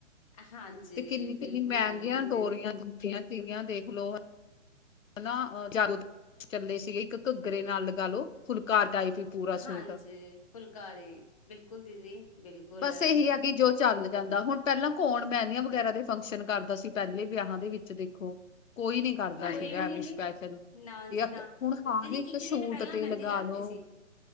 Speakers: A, on the left; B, on the left.
A: ਹਾਂਜੀ
B: ਤੇ ਕਿੰਨੀ-
A: ਬਿਲਕੁਲ-ਬਿਲਕੁਲ
B: ਕਿੰਨੀ ਮਹਿੰਗੀਆਂ
A: ਦੀਦੀ।
B: ਡੋਰੀਆਂ ਦਿੱਤੀਆਂ ਸੀਗੀਆਂ ਦੇਖ ਲੋ। ਹਨਾ ਜਾਗੋ <inaudible> ਤੇ ਚਲੇ ਸੀਗੇ, ਇੱਕ ਘੱਗਰੇ ਨਾਲ ਲਗਾ ਲੋ ਫੁਲਕਾ ਟਾਈਪ ਪੂਰਾ
A: ਹਾਂਜੀ,
B: ਸੂਟ
A: ਫੁਲਕਾਰੀ ਬਿਲਕੁਲ ਦੀਦੀ। ਬਿਲਕੁਲ
B: ਬਸ ਇਹੀ ਆ ਕਿ ਜੋ ਚੱਲ ਜਾਂਦਾ ਹੁਣ ਪਹਿਲਾਂ ਕੌਣ ਮੈਦੀਆ ਵਗੈਰਾ ਦੇ ਫੰਕਸ਼ਨ ਕਰਦਾ ਸੀ, ਪਹਿਲੇ ਵਿਆਹਾਂ ਦੇ ਵਿੱਚ ਦੇਖੋ ਕੋਈ ਨੀ ਕਰਦਾ
A: ਕੋਈ
B: ਸੀਗਾ
A: ਵੀ ਨੀ
B: ਏਵੇ
A: ਦੀ।
B: ਸਪੈਸ਼ਲ
A: ਨਾ
B: ਜਾਂ
A: ਜੀ ਨਾ,
B: ਹੁਣ ਹਰ
A: ਦੀਦੀ ਇੱਕ
B: ਸ਼ੂਟ
A: ਦਿਨ ਪਹਿਲਾਂ
B: ਤੇ
A: ਮਹਿੰਦੀ
B: ਲਗਾ
A: ਲੱਗਦੀ
B: ਲੋ
A: ਸੀ।